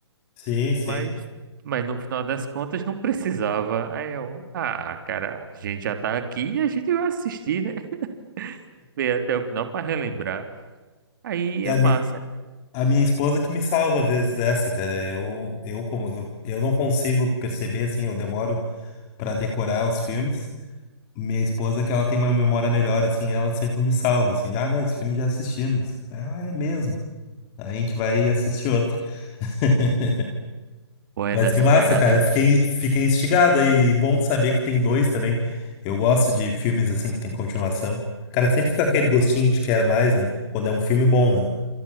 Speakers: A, on the left; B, on the right.
A: Sim, sim.
B: Mas, mas no final das contas não precisava. Aí eu, ah, cara, a gente já tá aqui e a gente vai assistir, né? <laughs> Ver até o final pra relembrar. Aí
A: E
B: é
A: A,
B: massa.
A: mi, a minha esposa que me salva às vezes dessa, cara. Eu, eu, como, eu, eu não consigo perceber, assim, eu demoro pra decorar os filmes. Minha esposa, que ela tem uma memória melhor, assim, ela sempre me salva, assim, ah, não, esse filme já assistimos. Ela é mesmo. Aí a gente vai assistir outro. <laughs>
B: Pô, é
A: Mas
B: nessa
A: que massa,
B: pegada.
A: cara. Eu fiquei, fiquei instigado aí. E Bom saber que tem dois também. Eu gosto de filmes assim que tem continuação. Cara, sempre fica aquele gostinho de quer mais, né? Quando é um filme bom, né?